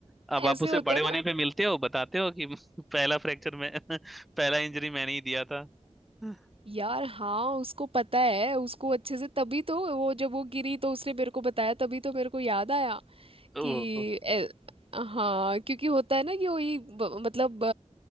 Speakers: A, in the centre; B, on the right.
A: अब
B: ऐसे
A: आप उसे
B: होता
A: बड़े
B: है
A: होने
B: ना
A: पे मिलते हो बताते हो कि <laughs> पहला फ्रैक्चर में <laughs> पहला इंजरी मैंने ही दिया था <laughs>
B: यार हाँ उसको पता है उसको अच्छे से तभी तो वो जब वो गिरी तो उसने मेरे को बताया तभी तो मेरे को याद आया कि
A: ओहो
B: ए, हाँ क्योंकि होता है ना कि वही ब- मतलब